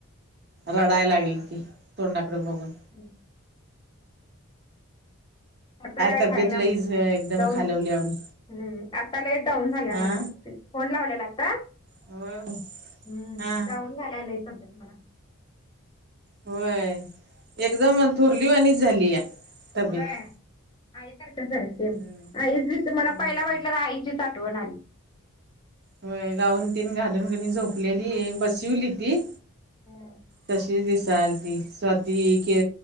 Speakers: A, on the right; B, on the left.
A: रडाय लागली ती तोंडाकड बघून
B: ह..... आता काय
A: तब्येत
B: खायना
A: लईच
B: म्हण
A: एकदम
B: दम
A: खालवली आम्ही
B: हम आता लईच डाऊन झाले
A: हा
B: म्हणाल्यात फोन लावलेला आता हम
A: होय हा
B: डाऊन झाले तब्येत मला
A: होय एकदम थोरलीवानीच झाली. तब्येत
B: होय आईसारखं झालं सेम
A: हम्म
B: आईचदिस मला
A: हम्म
B: पहिला बघितल्यावर आईची साठवण आली
A: होय गाऊन तीन घालून झोपलेली बाशिवली ती
B: होय
A: तशी ती दिसायला ती स्वाती के